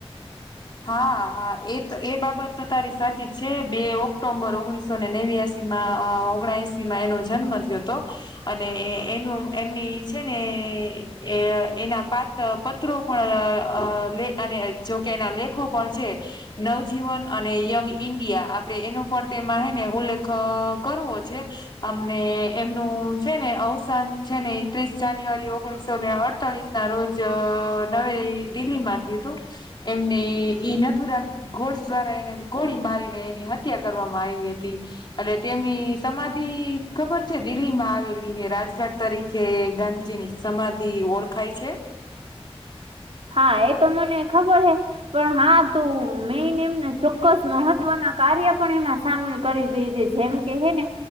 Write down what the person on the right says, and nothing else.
હા એ તો મને ખબર હે પણ હા તું મેને એમને ચોક્કસ મહત્વના કાર્ય પણ એમાં સામેલ કરી દેધે છેમ કહે ને